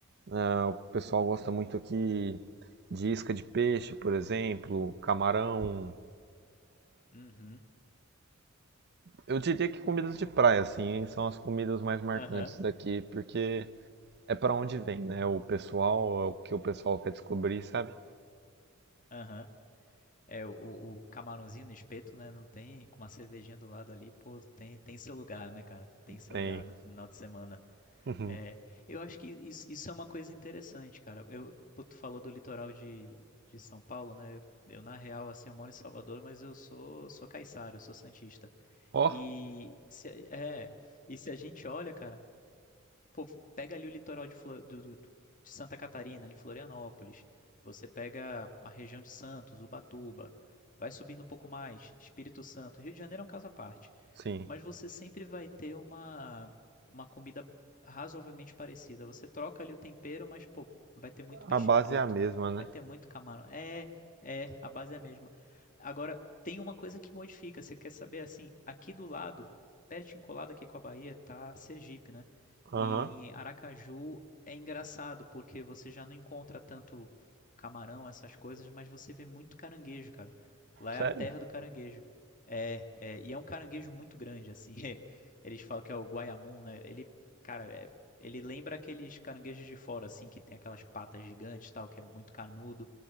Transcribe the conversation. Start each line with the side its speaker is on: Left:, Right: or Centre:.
Right: ah, o pessoal gosta muito aqui de isca de peixe, por exemplo, camarão,
Left: Nossa. Uhum.
Right: Eu diria que comidas de praia, assim, são as comidas mais marcantes
Left: Aham,
Right: daqui, porque é pra onde vem, né? O pessoal, é o que o pessoal quer descobrir, sabe?
Left: aham. É, o, o camarãozinho no espeto, né? Não tem, com uma cervejinha do lado ali, pô, tem, tem seu lugar, né, cara? Tem seu
Right: Tem,
Left: lugar no final de semana.
Right: tem.
Left: É,
Right: <laughs>
Left: eu acho que isso, isso é uma coisa interessante, cara. Eu, pô, tu falou do litoral de, de São Paulo, né? Eu, na real, assim, eu moro em Salvador, mas eu sou, sou caiçara, eu sou santista.
Right: Ó,
Left: E se, a- é, e se a gente olha, cara. Pô, pega ali o litoral de, Flo- do- do- de Santa Catarina, ali Florianópolis. Você pega a região de Santos, Ubatuba. Vai subindo um pouco mais, Espírito Santo. Rio de Janeiro é um caso à parte.
Right: sim.
Left: Mas você sempre vai ter uma, uma comida razoavelmente parecida. Você troca ali o tempero, mas, pô, vai ter muito peixe
Right: A base
Left: frito.
Right: é a mesma, né?
Left: Vai ter muito camarão. É, é, a base é a mesma. Agora, tem uma coisa que modifica. Você quer saber assim? Aqui do lado, pertinho colado aqui com a Bahia, tá Sergipe, né?
Right: Aham.
Left: E em Aracaju é engraçado, porque você já não encontra tanto camarão, essas coisas, mas você vê muito caranguejo, cara. Lá é
Right: Sério?
Left: a terra do caranguejo. É, é, e é um caranguejo muito grande, assim. <laughs> É, Eles falam que é o Guayamum, né? Ele, cara, é, ele lembra aqueles caranguejos de fora, assim, que tem aquelas patas gigantes, e tal, que é muito carnudo.